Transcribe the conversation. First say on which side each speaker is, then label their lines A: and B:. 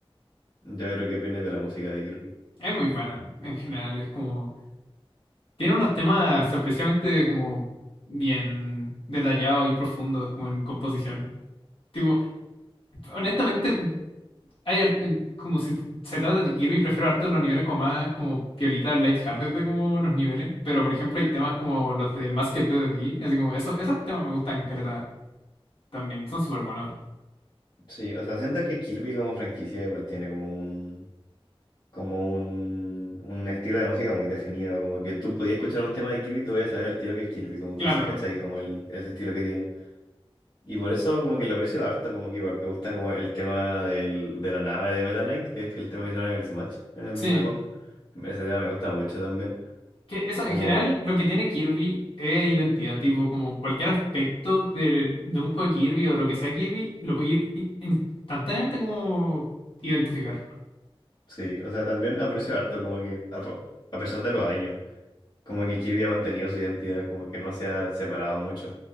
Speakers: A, on the left; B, on the left.
A: Ya veré qué opinas de la música de Kirby.
B: Es muy buena, en general, es como, tiene unos temas sorpresivamente como bien detallados y profundos, como en composición. Tipo, honestamente, hay ar- como si se trata de Kirby, prefiero harto los niveles como más, como piolita, lighthearted de como los niveles, pero por ejemplo hay temas como los de Masked D D D, así como, eso, esos temas me gustan, caleta, también, son súper buenos.
A: Sí, o sea, siento que Kirby como franquicia igual tiene como un, como un, un estilo de música muy definido, como que tú podías escuchar un tema de Kirby y tú podías saber al tiro que es Kirby, como
B: Claro,
A: que sí, ¿cachai? Como el, el estilo que tiene. Y por eso como que lo aprecio harto, como que igual me gusta como el tema del, de la nave de Meta Knight, que es el tema que sale en el Smash, en el
B: sí.
A: mismo de mapa. Ese tema me gusta mucho también.
B: Que eso,
A: Como,
B: en general, lo que tiene Kirby es identidad, tipo, como cualquier aspecto del- de, un juego de Kirby o de lo que sea Kirby, lo puede ir in- instantáneamente como identificar,
A: sí, o sea, también aprecio harto, como que a, po- a pesar de los años, como que Kirby ha mantenido su identidad, como que no se ha separado mucho.